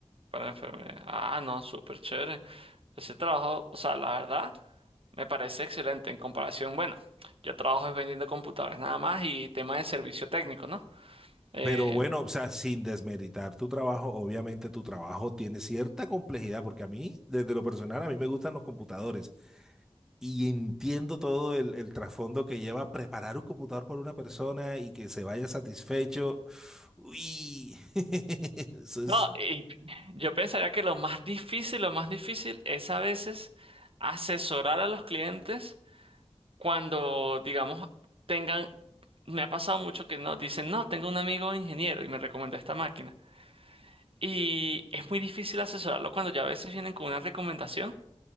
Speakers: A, on the right; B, in the centre.
A: para enfermedad. Ah, no, súper chévere. Ese trabajo, o sea, la verdad, me parece excelente en comparación. Bueno, yo trabajo es vendiendo computadores nada más y tema de servicio técnico, ¿no? Eh,
B: Pero bueno, o sea, sin desmeritar tu trabajo, obviamente tu trabajo tiene cierta complejidad, porque a mí, desde lo personal, a mí me gustan los computadores y entiendo todo el, el trasfondo que lleva preparar un computador por una persona y que se vaya satisfecho. Uy, <laughs> eso es...
A: no, y yo pensaría que lo más difícil, lo más difícil es a veces asesorar a los clientes cuando, digamos, tengan, me ha pasado mucho que no, dicen, no, tengo un amigo ingeniero y me recomendó esta máquina. Y es muy difícil asesorarlo cuando ya a veces vienen con una recomendación